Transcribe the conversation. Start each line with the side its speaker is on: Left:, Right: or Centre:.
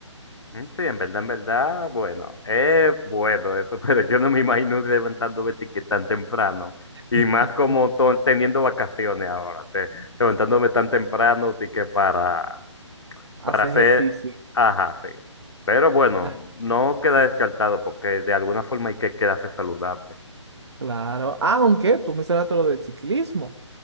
Left: Mm, Sí, en verdad, en verdad, bueno, es bueno eso, <laughs> pero yo no me imagino levantándome ti- que tan temprano.
Right: <laughs>
Left: Y más como to- teniendo vacaciones ahora, te- levantándome tan temprano, ti que para,
Right: Hace
Left: para hacer,
Right: ejercicio.
Left: ajá, sí. Pero bueno,
Right: Ah,
Left: no queda descartado porque de alguna forma hay que quedarse saludable.
Right: Claro, aunque tú mencionaste lo del ciclismo